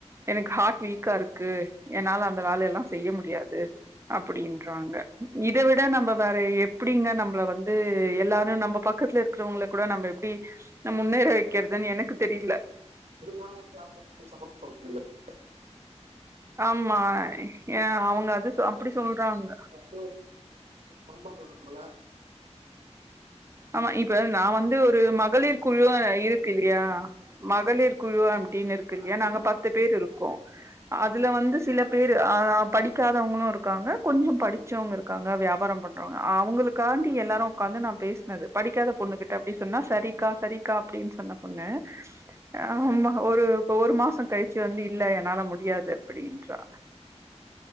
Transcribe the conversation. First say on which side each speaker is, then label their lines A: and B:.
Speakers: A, on the right; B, on the right.
A: எனக்கு ஹார்ட் வீக்கா இருக்கு என்னால அந்த வேலையெல்லா செய்ய முடியாது அப்டின்றாங்க இத விட நம்ம வேற எப்டிங்க நம்மள வந்து எல்லாரு நம்ம பக்கத்துல இருக்கிறவங்க கூட நம்ம எப்டி நம்ம முன்னேற வைக்கிறதுன்னு எனக்கு தெரில
B: விருப்பமே இல்லாம எப்டி <unintelligible>
A: ஆமா ஏ அவுங்க அது அப்டி சொல்றாங்க
B: ம் அமொண்டு வேணாமுள்ள
A: ஆமா இப்ப நா வந்து ஒரு மகளிர் குழு இருக்கு இல்லையா மகளிர் குழு அப்டின்னு இருக் கு இல்லையா நாங்க பத்து பேர் இருக்கோ அதுல வந்து சில பேரு அ படிக்காதவங்களு இருக்காங்க கொஞ்சோ படிச் சவங்க இருக்காங்க வியாபாரோ பண்றவங்க அவங்களுக்காண்டி எல்லாரு உட்காந்து நா பேச னது படிக்காத பொண்ணுகிட்ட அப்டின் சொன்னா சரிகா சரிகா அப்டின்னு சொன்னா பொண்ணு அ ஒரு ஒரு மாசோ கழிச் சி வந்து இல்ல என்னால முடியாது அப்டின்றா